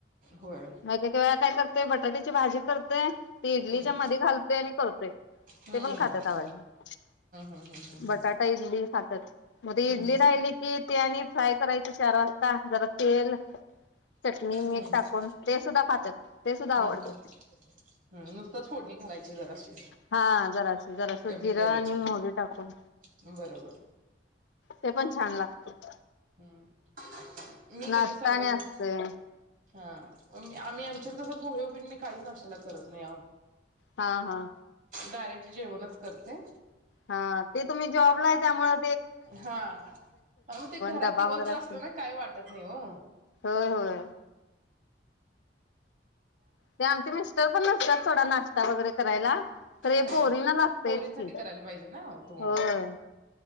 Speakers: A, on the right; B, on the left.
A: होय
B: म एक एक वेळा काय करते. ते बटाट्याची भाजी करतोय. ते
A: हम्म
B: इडलीच्या मध्ये घालतोय आणि करतोय
A: हम्म
B: ते पण खातात. आवडीने
A: हम्म हम्म हम्म हम्म
B: बटाटा इडली खातात. मग ते इडली
A: हम्म
B: राहिली की ते आणि फ्राय करायचं चार वाजता. जरा तेल चटणी मीट
A: हम्म हम्म
B: टाक. पण ते सुद्धा खात्यात ते सुद्धा आवडतय.
A: हम्म हम्म नुसताच फोडणी घालायची जराशी
B: हा जरास जरास
A: कमी
B: जिरं
A: तेलाची
B: आणि मोहरी टाकून
A: बरोबर
B: ते पण छान लागत.
A: हम्म मी का
B: नाश्ताने
A: नाही सर्वज्ञा
B: असतय
A: हा आम्ही आमच्यात कस पोहे, उपीट मी काहीच नाश्त्याला करत नाही आओ
B: हा हा
A: डायरेक्ट जेवणच करते.
B: हा ते तुम्ही जॉबला आहे त्यामुळ
A: हा आओ ते घरात
B: डबा
A: दिवसभर
B: वगैरे असतील
A: असलं ना काही वाटत नाही ओ <inaudible>
B: होय होय ते आमचे मिस्टर पण नसतात सोडा नाश् चहा वगैरे करायला पण खरं हे
A: हा
B: पोरींना लागतयच
A: पोरींसाठी
B: की
A: करायला पाहिजे ना तुम्हाला
B: होय